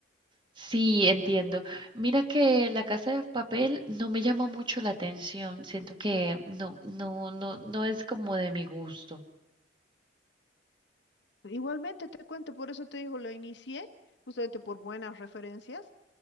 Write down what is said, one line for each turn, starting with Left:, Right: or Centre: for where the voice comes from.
Right: Sí, entiendo. Mira que La Casa de Papel no me llama mucho la atención, siento que no, no, no, no es como de mi gusto.
Left: Igualmente te cuento, por eso te digo, la inicié, justamente por buenas referencias,